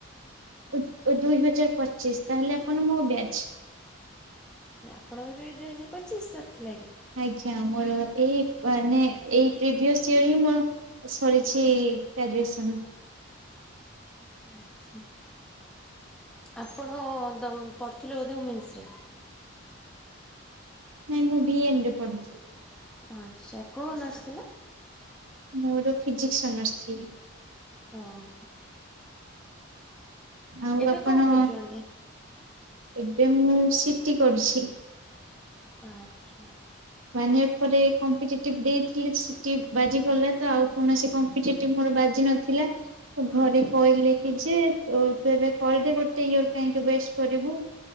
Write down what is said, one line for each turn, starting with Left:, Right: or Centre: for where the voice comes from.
Right: ଓ ଦୁଇ ହଜାର ପଚିଶ ତାହେଲେ ଆପଣ ମୋ ବ୍ୟାଚ।
Centre: ଆପଣଙ୍କର ଏଇ ଦୁଇ ହଜାର ପଚିଶ ସରି ଥିଲା କି?
Right: ଆଜ୍ଞା ମୋର ଏଇ ମାନେ ଏଇ ପ୍ରିଭିଅସ ଇୟର ହିଁ ମୋର ସରିଛି ଗ୍ରାଜୁଏସନ।
Centre: ଆଚ୍ଛା। ଆପଣ ପଢ଼ୁଥିଲେ ବୋଧେ ଓମେନ୍ସ ରେ?
Right: ନାଇଁ ମୁଁ ଭି ଏମ ରେ ପଢିଥିଲି।
Centre: ଆଚ୍ଛା କୋଉ ଅନର୍ସ ଥିଲା?
Right: ମୋର ଫିଜିକ୍ସ ଅନର୍ସ ଥିଲା।
Centre: ଓହୋ
Right: ଆଉ
Centre: ଏବେ
Right: ଆପଣ
Centre: କଣ କରୁଛନ୍ତି?
Right: ଏବେ ମୁଁ ସିଟି କରୁଛି।
Centre: ଆଚ୍ଛା।
Right: ମାନେ ଆପରେ କମ୍ପେଟିଟିଭ୍ ଦେଇଥିଲେ ସେଠି ବାଜିଗଲା ତ ଆଉ କୌଣସି କମ୍ପେଟିଟିଭ୍ ମୋର ବାଜି ନଥିଲା। ତ ଘରେ
Centre: ଆଚ୍ଛା
Right: କହିଲେ କି ଯେ ତୁ ଏବେ କରିଦେ ଗୋଟେ ଇୟର କାହିଁକି ୱେଷ୍ଟ କରିବୁ।